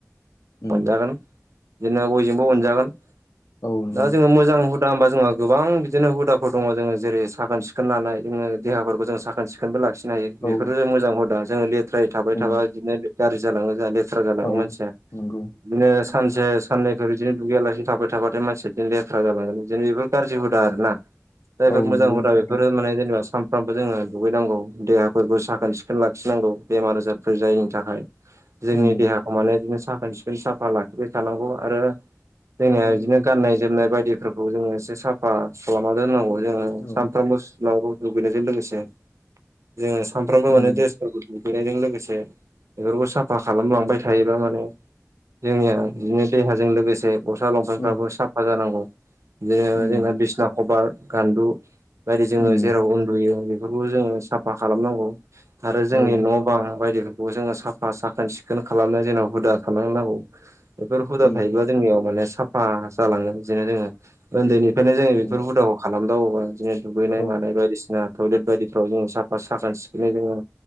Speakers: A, on the left; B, on the right.
A: उम
B: मोनजागोन बिदिनो बयजोंबो मोनजागोन
A: औ नंगौ
B: दा जोङो मोजां हुद दा होमबा जोंहा गोबां बिदिनो हुदाफोर दङ जोङो जेरै साखोन सिखोन लानाय जोङो देहाफोरखौ जों साखोन सिखोनबो लाखिनो हायो बेफोरो
A: औ
B: मोजां हुदा जोङो लेथ्रायै थाबाय
A: उम
B: थाबा बिदिनो गाज्रि जालाङो जोंहा लेथ्रा जालाङो
A: औ
B: मानसिया
A: नंगौ।
B: बिदिनो सानसे साननैफोर बिदिनो दुगैयालासिनो थाबाय थाबाथाय मानसिया बिदिनो लेथ्रा जालांगोन बिदिनो बेफोर गाज्रि हुदा आरो ना। जायफोर
A: औ नंगौ
B: मोजां हुदा
A: नोंथां
B: बेफोरो माने जेनेबा सानफ्रामबो जोङो दुगैनांगौ देहाफोरखौ साखोन सिखोन लाखिनांगौ बेमार-आजारफोर जायैनि थाखाय। जोंनि
A: उम
B: देहाखौ माने बिदिनो साफोन-सिखोन साफा लाखिबाय थानांगौ आरो जोंनिया बिदिनो गाननाय जोमनाय बायदिफोरखौ जोङो एसे साफा खालामना दोननांगौ जोङो
A: औ
B: सानफ्रामबो सुनांगौ दुगैनायजों लोगोसे जोङो सानफ्रामबो
A: उम
B: माने द्रेसफोरखौ दुगैनायजों लोगोसे बेफोरखौ साफा खालामलांबाय थायोबा माने जोंनिया बिदिनो देहाजों लोगोसे गस्ला लंफेनफ्राबो
A: औ
B: साफा जानांगौ बिदिनो
A: उम
B: जोंना बिसना खबार गान्दु बायदि जोङो
A: उम
B: जेराव उन्दुयो बेफोरखौ जोङो साफा खालामनांगौ आरो जोंनि
A: औ
B: न' गोबां बायदिफोरखौ जोङो साफा साखोन सिखोन खालामनो जोङो हुदा खालामनांगौ बेफोर हुदा
A: उम
B: थायोब्ला जोंनियाव माने साफा जालाङो बिदिनो जोङो ओनदैनि फ्रायनो जोङो
A: उम
B: बेफोर हुदाखौ खालामदावोबा बिदिनो दुगैनाय
A: औ
B: मानाय बायदिसिना टयलेट बायदिफ्राव जोङो साफा साखोन सिखोनै जोङो